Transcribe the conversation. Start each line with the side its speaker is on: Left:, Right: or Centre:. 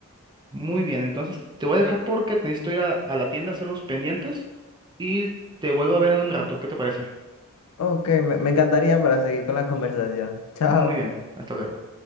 Right: Muy bien, entonces te voy a dejar porque necesito ir a, a la tienda a hacer unos pendientes y te vuelvo a ver en un rato. ¿Qué te parece?
Left: Ok, me, me encantaría para seguir con la <laughs> conversación. Chao.
Right: Muy bien, hasta luego.